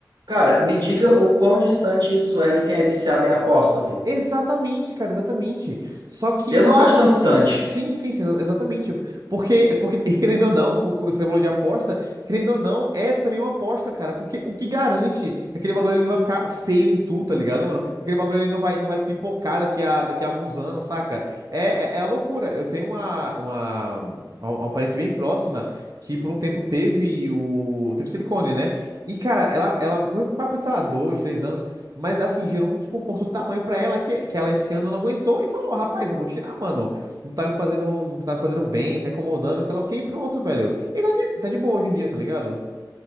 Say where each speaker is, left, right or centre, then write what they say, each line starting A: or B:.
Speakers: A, on the right; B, on the right.
A: Cara, me diga o quão distante isso é de quem é viciado em aposta, pô.
B: Exatamente, cara, exatamente. Só que,
A: Eu
B: só
A: não
B: que
A: acho tão distante.
B: Sim, sim, sim, exa- exatamente. Porque, porque, e querendo ou não, co- co- você falou de aposta, querendo ou não, é também uma aposta, cara. Porque o que garante que aquele bagulho ali não vai ficar feio em tu, tá ligado, mano? Que Aquele bagulho ali não vai, não vai pipocar daqui a, daqui a alguns anos, saca? É, é, é a loucura. Eu tenho uma, uma, uma, uma parente bem próxima que por um tempo teve o. Teve silicone, né? E, cara, ela, ela foi papo de, sei lá, dois, três anos. Mas assim, gerou um desconforto do tamanho pra ela que, que ela esse ano não aguentou e falou: rapaz, eu vou tirar, mano não tá me fazendo, não tá me fazendo bem, tá incomodando, e sei lá o que, e pronto, velho. E tá de, tá de boa hoje em dia, tá ligado?